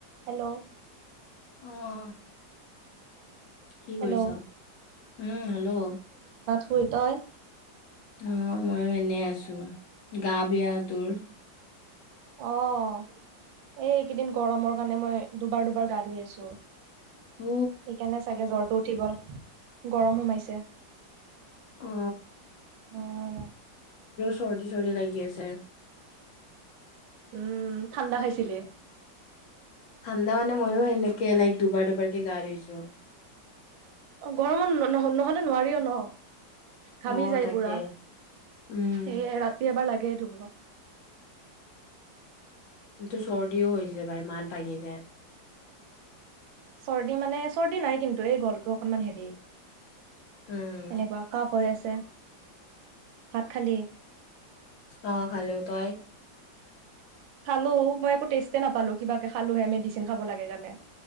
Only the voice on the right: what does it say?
হেল্ল'
হেল্ল'
দুয়োটাই
অহ এইকেইদিন গৰমৰ কাৰণে মই দুবাৰ -দুবাৰ গা ধুই আছো।
সেইকাৰণে, চাগে জ্বৰটো উঠি গল। গৰম সোমাইছে
অহ
উম ঠাণ্ডা খাইছিলি?
অ, গৰমত নহলে মানে নোৱাৰি ন ঘামি
যায়
পুৰা
সে ৰাতি এবাৰ লাগে সেইটো হ'ব <unintelligible>
চৰ্দি মানে চৰ্দি নাই কিন্তু, এই গলটো অকনমান হেৰি
এনেকুৱা কাফ হৈ আছে, ভাত খালি?
খালো, মই একো টেষ্টতে নাপালো কিবা কে খালোহে মেডিচিন খাব লাগে কাৰণে